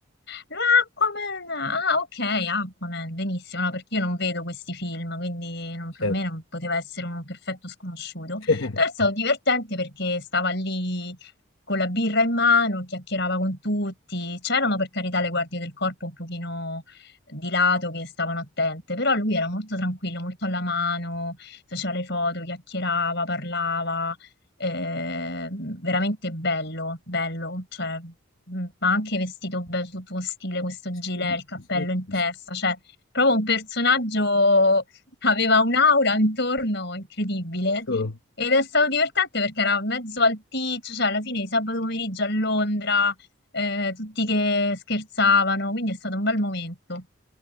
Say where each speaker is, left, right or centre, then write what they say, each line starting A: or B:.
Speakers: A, on the left; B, on the left.
A: L'Aquaman, ah, ok, Aquaman, benissimo, no, perché io non vedo questi film, quindi non- per
B: Certo,
A: me non poteva essere un perfetto sconosciuto,
B: certo.
A: però è stato divertente perché stava lì con la birra in mano, chiacchierava con tutti, c'erano per carità le guardie del corpo un pochino di lato che stavano attente, però lui era molto tranquillo, molto alla mano, faceva le foto, chiacchierava, parlava eh, veramente bello, bello, cioè, mh, ma anche vestito bello, tutto con stile, questo
B: Sì,
A: gilet, il cappello
B: sì,
A: in testa,
B: sì, sì.
A: cioè, proprio un personaggio <laughs> che aveva un'aura intorno incredibile.
B: Sono,
A: Ed è stato divertente perché era mezzo alticcio, cioè alla fine di sabato pomeriggio a Londra, eh, tutti che scherzavano, quindi è stato un bel momento.